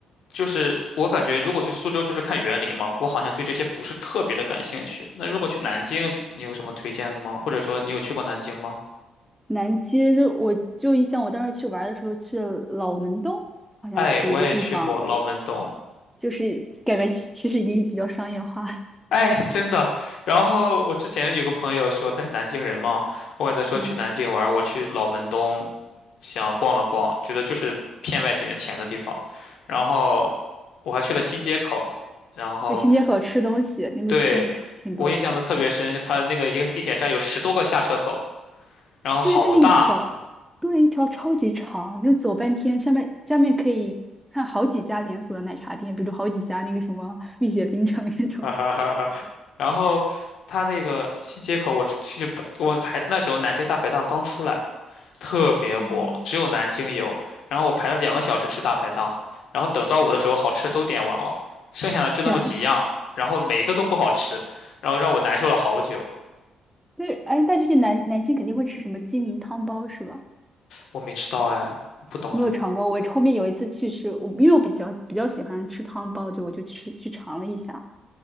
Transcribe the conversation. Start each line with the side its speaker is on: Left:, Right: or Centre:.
Left: 就是我感觉如果去苏州就是看园林嘛，我好像对这些不是特别的感兴趣。那如果去南京，你有什么推荐的吗？或者说你有去过南京吗？
Centre: 南街就我就印象，我当时去玩儿的时候去了老门东，好像是一个地方，
Left: 哎，我也去过老门东。
Centre: 就是感觉其其实已经比较商业化。<laughs>
Left: 哎，真的。然后我之前有个朋友说他是南京人嘛，我给他说去南京玩儿我去老门东
Centre: 嗯，
Left: 想逛了逛，觉得就是骗外地人钱的地方。然后我还去了新街口，然后
Centre: 在新街口吃东西，那边东西超挺多的。
Left: 对我印象的特别深是他那个一个地铁站有十多个下车口，然后好大，
Centre: 就是它那一条，对，一条超级长，就走半天。下面下面可以看好几家连锁的奶茶店，比如好几家那个什么蜜雪冰城那种
Left: <laughs> 哈哈哈哈然后他那个新街口我出去我排那时候南京大排档刚出来。特别火，
Centre: <laughs>。嗯，
Left: 只有南京有。然后我排了两个小时吃大排档，然后等到我的时候，好吃的都点完了，剩下的就那么几样，
Centre: 这样的
Left: 然后每一个都不好吃，然后让我难受了好久。
Centre: 但是哎，但就去南南京肯定会吃什么鸡鸣汤包是吧？
Left: 我没吃到哎，我不懂哎。
Centre: 你有尝过？我后面有一次去吃，我因为我比较比较喜欢吃汤包，就我就去去尝了一下，